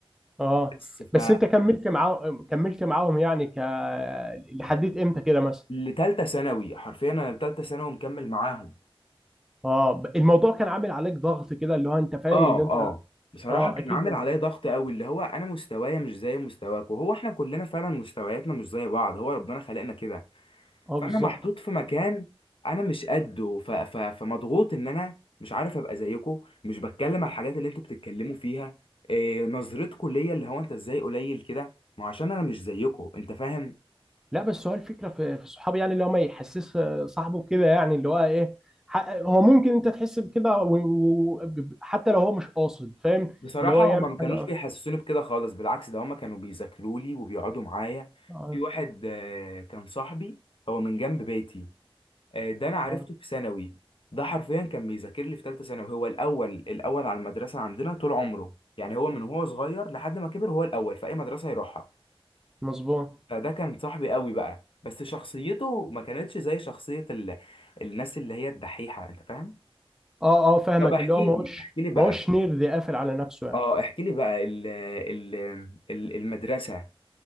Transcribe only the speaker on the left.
بس ف
لتالتة ثانوي حرفيا انا لتالتة ثانوي مكمل معاهم
اه
اه بصراحة
كان
عامل عليا ضغط قوي اللي هو انا مستوايا مش زي مستواك وهو احنا كلنا فعلا مستوياتنا مش زي بعض هو ربنا خلقنا كده
فانا
محطوط في مكان انا مش قده ف... ف... فمضغوط ان انا مش عارف ابقى زيكو مش بتكلم على الحاجات اللي انتوا بتتكلموا فيها إيه نظرتكوا ليا اللي هو انت ازاي قليل كده ما هو عشان انا مش زيكو انت فاهم
بصراحة
هما ما كانوش
بيحسسوني بكده خالص بالعكس ده هما كانوا بيذاكروا لي وبيقعدوا معايا
في واحد آه، كان صاحبي هو من جنب بيتي آه، ده انا عرفته
في ثانوي ده حرفيا كان بيذاكر لي في ثالثه ثانوي هو الاول الاول على المدرسه عندنا طول عمره يعني هو من وهو صغير لحد ما كبر هو الاول في اي مدرسه يروحها
فده كان صاحبي قوي بقى بس شخصيته ما كانتش زي شخصيه ال... الناس اللي هي الدحيحه انت فاهم
طب احكي
لي
احكي لي بقى
اه احكي لي بقى ال... ال... ال- المدرسه